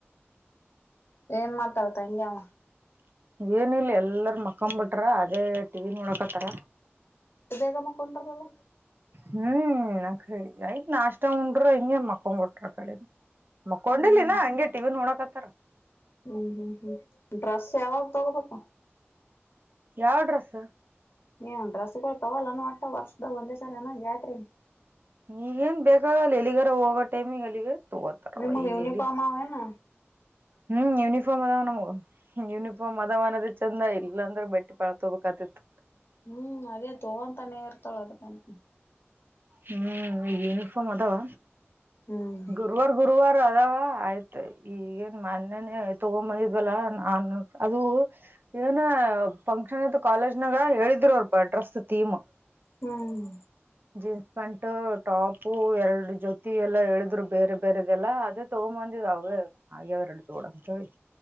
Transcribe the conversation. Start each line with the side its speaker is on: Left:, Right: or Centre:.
Left: ಏನ್ ಮಾಡ್ತಾಳ್ ತಂಗಿ ಅವ
Right: ಏನ್ ಇಲ್ಲ ಎಲ್ಲರ ಮಕೊ ಬಿಟ್ರ ಅದೇ ಟಿವಿ ನೋಡಕತ್ತಾರ
Left: ಬೇಗ ಮಕ್ಕೊಂಡ್ರಲ್ಲ
Right: ಹ್ಮ್ <unintelligible> ನಾಷ್ಟ ಉಂಡ್ರು ಹಿಂಗೆ ಮಕ್ಕೊ ಬಿಟ್ರು ಅಕಡೆ ಮಕ್ಕೊಂಡಿಲ್ಲಲಿನ
Left: ಹ್ಮ್
Right: ಹಂಗೆ ಟಿವಿ ನೋಡಕತ್ತಾರ
Left: ಹ್ಮ್ ಹ್ಮ್ ಹ್ಮ್ ಡ್ರೆಸ್ ಯಾವಾಗ್ ತೊಗೋಬೇಕು
Right: ಯಾವ ಡ್ರೆಸ್
Left: ನೀನ್ ಡ್ರೆಸ್ಗಳು ತಗೊಲೇನ <unintelligible> ವರ್ಷದಾಗ ಒಂದೇ ಸರಿ ಜಾತ್ರಿಗೆ
Right: ಈಗೇನ್ ಬೇಕಾಗಲ್ಲ ಎಲ್ಲಿಗಾರ ಹೋಗೋ ಟೈಮಿಗೆ ಅಲ್ಲಿಗೆ ತಗೋತರೆ
Left: ನಿಮಗ್
Right: ಈಗ
Left: ಯೂನಿಫಾರ್ಮ್
Right: ಎಲ್ಲಿ
Left: ಅವೇನ
Right: ಹ್ಮ್ ಯೂನಿಫಾರ್ಮ್ಇದಾವೆ ನಮ್ಮವು ಯೂನಿಫಾರ್ಮ್ ಅದವೆ ಅನ್ನದೆ ಚಂದ ಇಲ್ಲ ಅಂದ್ರೆ ಬಟ್ಟಿ ಬಾಳ ತಗೊಬೇಕಾತಿತ್ತು
Left: ಹ್ಮ್ ಅದೇ ತಗೋಂತಾನೆ ಇರ್ತಾಳೆ ಅದಕ್ಕಂತ
Right: ಹ್ಮ್ ಯೂನಿಫಾರ್ಮ್ ಅದಾವ
Left: ಹ್ಮ್
Right: ಗುರುವಾರ ಗುರುವಾರ ಅದ ಆಯ್ತು ಈಗೇನ್ ಮೊನ್ನೆನೆ ತಗೊಬಂದಿದ್ವಲ್ಲ ನಾನು ಅದು ಏನ ಫಂಕ್ಷನ್ ಇತ್ತು ಕಾಲೇಜ್ನಾಗ ಹೇಳಿದ್ರರು ಅವರು ಬ ಡ್ರೆಸ್ ಥೀಮ್
Left: ಹ್ಮ್
Right: ಜೀನ್ಸ್ ಪ್ಯಾಂಟ್ ಟಾಪ್ ಎರಡು ಜೊತಿ ಎಲ್ಲಾ ಹೇಳಿದ್ರು <unintelligible> ಬೇರೆ ಬೇರೆದೆಲ್ಲ ಅದೇ ತಗೊಂಬಂದಿದ್ದು ಅವ ಹಾಗೆರೆಡು <unintelligible>